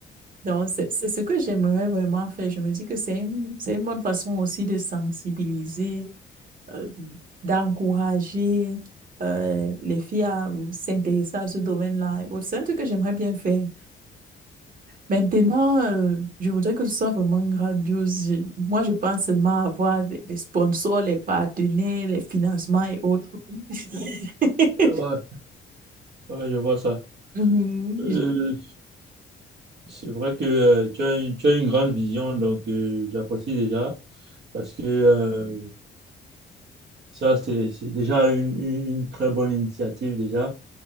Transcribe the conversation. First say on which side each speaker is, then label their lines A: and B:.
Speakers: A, on the right (about 45°); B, on the right (about 60°).
A: Donc, c'est c'est ce que j'aimerais vraiment faire. Je me dis que c'est une, c'est une bonne façon aussi de sensibiliser, euh, d'encourager euh, les filles à s'intéresser à ce domaine-là. et autres. C'est un truc que j'aimerais bien faire. Maintenant, euh, je voudrais que ce soit vraiment grandiose. Je- moi, je pense seulement à avoir des des sponsors, les partenaires, les financements et autres. <laughs>
B: Euh, Ouais, ouais, je vois ça.
A: Mhm.
B: Euh,
A: Je-
B: C'est vrai que euh, tu as, une- tu as une grande vision, donc euh, j'apprécie déjà parce que euh, ça, c'est c'est déjà une, une- une très bonne initiative déjà.